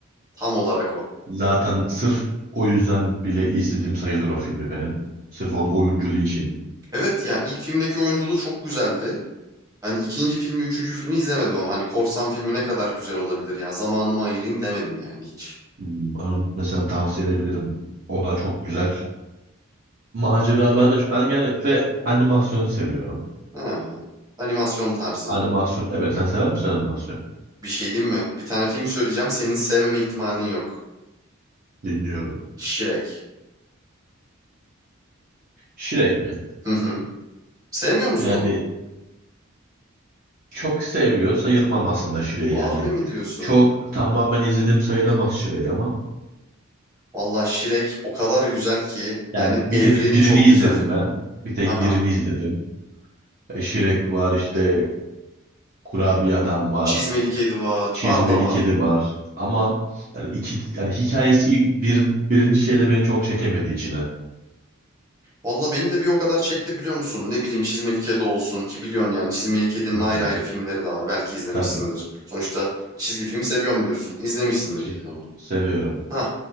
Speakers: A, on the right; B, on the right.
A: tam olarak o.
B: Zaten sırf o yüzden bile izlediğim sayılır o filmi benim. Sırf onun oyunculuğu için.
A: Evet ya ilk filmdeki oyunculuğu çok güzeldi. Hani ikinci filmi, üçüncü filmi izlemedim ama hani korsan filmi ne kadar güzel olabilir ya. Zamanımı ayırayım demedim yani hiç.
B: Hmm, Onu mesela tavsiye edebilirim. O da çok güzel. Macera ben de ben genellikle animasyon seviyorum.
A: Ha, animasyon tarzı.
B: Animasyon evet sen sever misin animasyon?
A: Bir şey diyeyim mi? Bir tane film söyleyeceğim. Senin sevmeme ihtimalin yok.
B: Dinliyorum.
A: Shrek.
B: Shrek mi?
A: Hı hı. Sevmiyor musun
B: Yani
A: onu?
B: çok seviyor sayılmam aslında Shrek'i
A: Harbi
B: yani.
A: mi diyorsun?
B: Çok tamamen izledim sayılamaz Shrek'i ama
A: Valla Shrek o kadar güzel ki.
B: yani
A: Yani
B: bir
A: evreni
B: tek birini
A: çok
B: izledim
A: güzel.
B: ben. Bir tek
A: Aha.
B: birini izledim. E, Shrek var işte kurabiye adam var.
A: Çizmeli Kedi var.
B: Çizmeli
A: Var da var.
B: kedi var. Ama yani iki yani hikayesi ilk bir birinci şeyde beni çok çekemedi içine. Hı
A: Valla beni de bir o kadar çekti biliyor musun? Ne bileyim Çizmeli Kedi olsun ki biliyorsun yani Çizmeli Kedi'nin
B: hı.
A: ayrı ayrı filmleri de var. Belki izlemişsindir.
B: Tabii.
A: Sonuçta çizgi film seviyorum diyorsun. İzlemişsindir
B: Hiç-
A: yani onu.
B: Seviyorum.
A: Ha